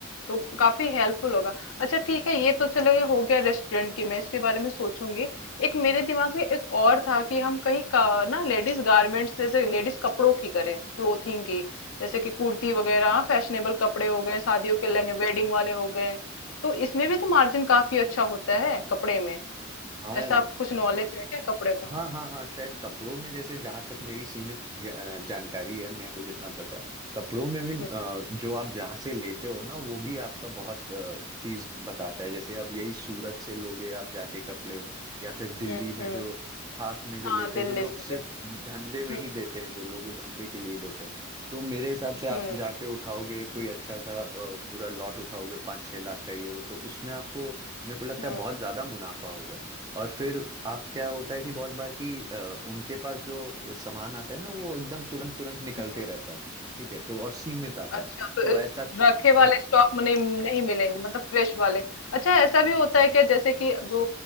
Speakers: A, on the left; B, on the right.
A: तो काफी हेल्पफुल होगा अच्छा ठीक है ये तो चलो ये हो गया रेस्टोरेंट की मैं इसके बारे में सोचूंगी एक मेरे दिमाग में एक और था कि हम कहीं का, ना लेडीज गारमेंट्स जैसे लेडीज कपड़ों की करें क्लोथिंग की जैसे कि कुर्ती वगैरह फैशनेबल कपड़े हो गए शादियों के लहंगे वेडिंग वाले हो गए तो इसमें भी तो मार्जिन काफी अच्छा होता है कपड़े में
B: हाँ
A: ऐसा आप कुछ नॉलेज है क्या कपड़े का
B: हाँ हाँ हाँ शायद कपड़ों में जैसे जहां तक मेरी सीमित ज- अ, जानकारी है मेरे को जितना पता है कपड़ों में भी अ,
A: हम्म
B: जो आप जहाँ से लेते हो ना वो भी आपका बहुत अ, चीज बताता है जैसे अब यही सूरत से लोगे आप जाके कपड़े या फिर दिल्ली
A: हम्म
B: में
A: हम्म
B: जो थाक में जो
A: हाँ
B: लेते
A: दिल्ली
B: हैं जो लोग
A: से
B: सिर्फ
A: भी
B: धंधे में
A: हम्म
B: ही देते हैं जो लोग वो धंधे के लिए देते हैं तो मेरे हिसाब से आप
A: हुँ,
B: जाके उठाओगे कोई अच्छा सा अ, पूरा लॉट उठाओगे पाँच छह लाख का ये वो तो उसमें आपको मेरे को लगता
A: हुँ,
B: है बहुत ज्यादा मुनाफा होगा और फिर आप क्या होता है कि बहुत बार कि अ, उनके पास जो सामान आता है ना वो एकदम तुरंत तुरंत निकलते
A: हुँ।
B: रहता है ठीक है तो और सीमित आता
A: अच्छा
B: है
A: तो
B: तो
A: अ,
B: ऐसा
A: रखे वाले
B: हाँ
A: स्टॉक में नहीं नहीं मिलेंगे मतलब फ्रेश वाले। अच्छा ऐसा भी होता है क्या जैसे कि जो